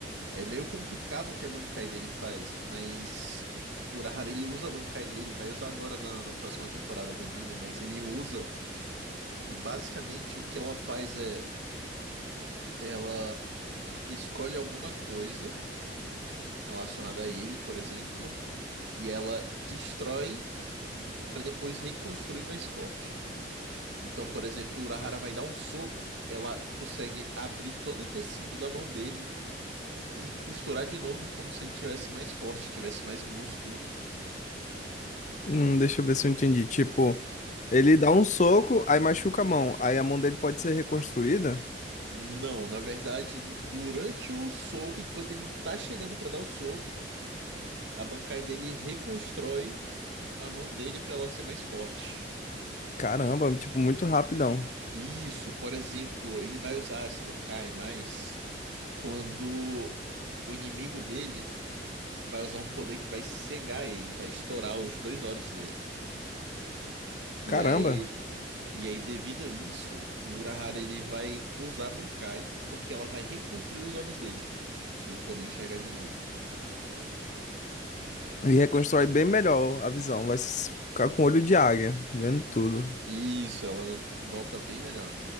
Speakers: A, on the right (about 85°); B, on the left (about 40°).
A: É meio complicado o que a Bankai dele faz, mas o Urahara ele usa a Bankai dele, vai usar agora na, na próxima temporada do anime, mas ele usa e basicamente o que ela faz é ela escolhe alguma coisa relacionada a ele, por exemplo. e ela destrói para depois reconstruir mais forte. Então, por exemplo, o Urahara vai dar um soco, ela consegue abrir todo o tecido da mão dele e costurar de novo como se ele tivesse mais forte, tivesse mais músculo.
B: Hum, deixa eu ver se eu entendi. Tipo, ele dá um soco, aí machuca a mão. Aí a mão dele pode ser reconstruída?
A: Não, na verdade, durante o soco, enquanto ele tá chegando para dar o soco, a Bankai dele reconstrói a mão dele para ela ser mais forte.
B: Caramba, tipo, muito rapidão.
A: Isso, por exemplo, ele vai usar essa Bankai mais quando o inimigo dele vai usar um poder que vai cegar ele, vai estourar os dois olhos dele. E
B: Caramba.
A: aí, e aí devido a isso, o Urahara ele vai usar a Bankai porque ela vai reconstruir os olhos dele pra ele poder enxergar de novo.
B: E reconstrói bem melhor a visão. Vai s- ficar com olho de águia, vendo tudo.
A: Isso, ela volta bem melhor.